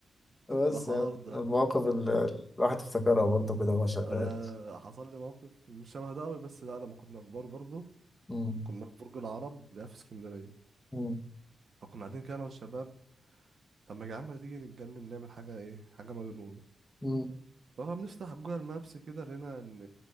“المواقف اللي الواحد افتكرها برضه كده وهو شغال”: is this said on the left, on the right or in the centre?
Left